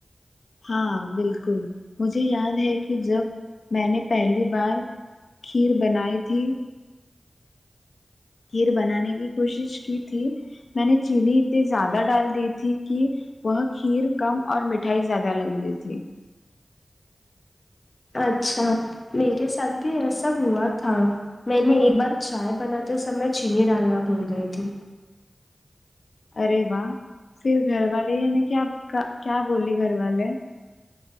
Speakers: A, on the left; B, on the left.
A: ہاں بالکل مجھے یاد ہے کہ جب میں نے پہلی بار کھیر بنائی تھی کھیر بنانے کی کوشش کی تھی میں نے چینی اتنی زیادہ ڈال دی تھی کہ وہ کھیر کم اور مٹھائی زیادہ لگ رہی تھی
B: اچھا میرے ساتھ بھی ایسا ہوا تھا میں نے ایک بار چائے بناتے سمے چینی ڈالنا بھول گئی تھی
A: ارے واہ پھر گھر والے یعنی کیا کیا بولی گھر والے